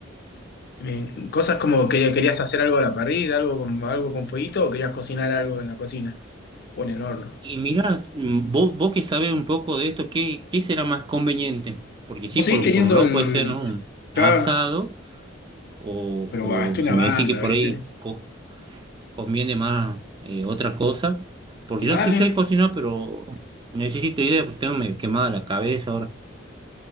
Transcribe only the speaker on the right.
Y mira, vos, vos que sabés un poco de esto, ¿qué, qué será más conveniente? Porque sí,
por,
un-
por un lado
puede ser, ¿no? un asado,
o,
o si
me
decís que por
ahí co- conviene más eh, otra cosa, porque
yo sí sé cocinar, pero necesito ideas porque tengo medio quemada la cabeza ahora.